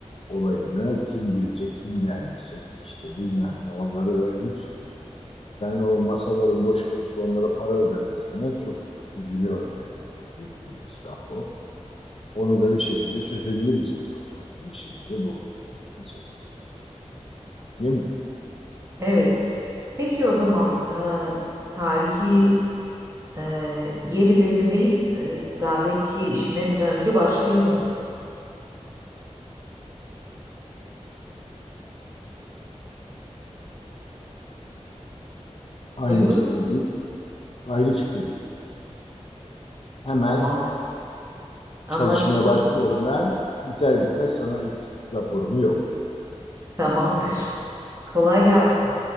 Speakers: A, on the left; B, on the right.
A: olayını kim gelecek, kim gelmeyecek işte bilmem ne onları öğrenip ben o masaların boş kalıp da onlara para ödenmesinden çok üzülüyorum yani. Çok büyük bir israf o. Onu da bir şekilde çözebiliriz yazılımla. Bizim işimiz de bu bence. Değil mi?
B: Evet. Peki o zaman e, tarihi e, yeri belirleyip e, davetiye işine bir an önce başlayalım.
A: Aynı
B: Uygun
A: fikirdeyim.
B: mu?
A: Aynı fikirdeyim. Hemen
B: Tamamdır.
A: çalışmaya
B: Anlaştık
A: başlıyorum
B: o zaman.
A: ben. Biter bitmez sana ilk raporumu yolluyorum.
B: Tamamdır. Kolay gelsin.